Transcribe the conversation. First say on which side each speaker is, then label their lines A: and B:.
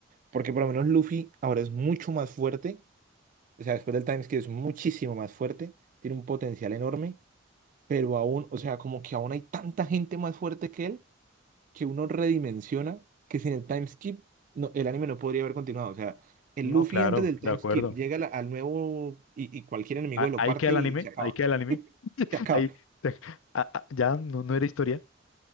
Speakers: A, on the right; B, on the left.
A: porque por lo menos Luffy ahora es mucho más fuerte, o sea, después del Timeskip es muchísimo más fuerte, tiene un potencial enorme, pero aún, o sea, como que aún hay tanta gente más fuerte que él, que uno redimensiona que sin el Timeskip no, el anime no podría haber continuado, o sea, el
B: No,
A: Luffy
B: claro,
A: antes del
B: de
A: Timeskip
B: acuerdo.
A: llega a la- al nuevo y, y cualquier enemigo
B: a-
A: lo
B: ahí
A: parte
B: queda el
A: y
B: anime,
A: se acaba,
B: ahí queda el anime.
A: se acaba.
B: Ahí, <laughs> ah, ah, ya no, no era historia.